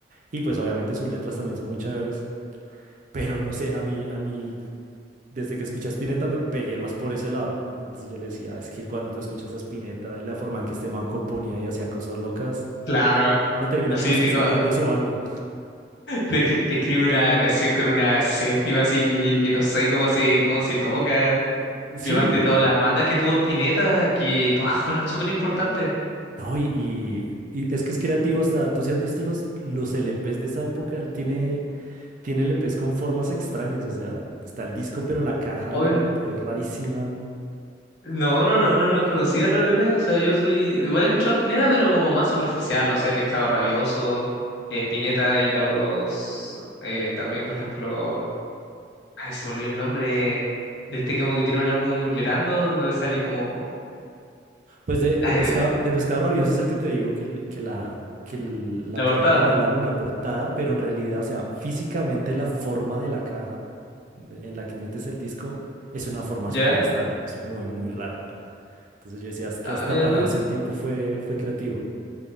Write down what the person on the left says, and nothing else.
claro.
Así
te,
co-
es que te escribe una canción con una séptima así que, que no sé cómo se, cómo se toca.
Y además de todas las bandas que tuvo Spinetta, que todas fueron súper importantes.
Ujú.
Hoy
no, no, no, no los conocía los L P o sea, yo soy, igual he escuchado Spinetta, pero como más superficial, no sé, Pescado Rabioso, eh, Spinetta y los, eh, también, por ejemplo, ay, se me olvidó el nombre, de este como que tiene un álbum llorando, donde sale como,
ay,
la
portada,
¿ya?
Ah,
mira
tú.